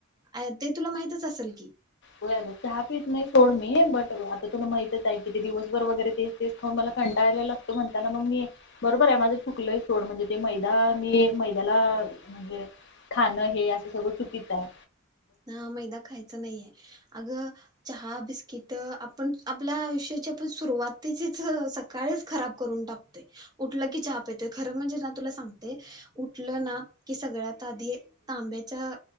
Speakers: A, on the right; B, on the left.
A: आया, ते तुला माहितच असेल की
B: होय आग चहा पीत नाही सोड मी, बट आता तुला माहितच आहे कि, ते दिवसभर वगैरे तेच तेच खावून मला कंटाळा आलेला असतो, म्हणताना मग मी, बरोबर हाय माझं चुकलंय सोड, म्हणजे ते मैदा मी मैद्याला म्हणजे खाणं, हे असं सगळं चुकीच हाय.
A: ह मैदा खायचा नाहीये अग चहा बिस्किट आपण आपल्या आयुष्याची पण सुरुवातीचीच सकाळीच खराब करून टाकतोय उठलं की चहा पेतोय खरं म्हणजे ना तुला सांगते उठलं ना की सगळ्यात आधी तांब्याच्या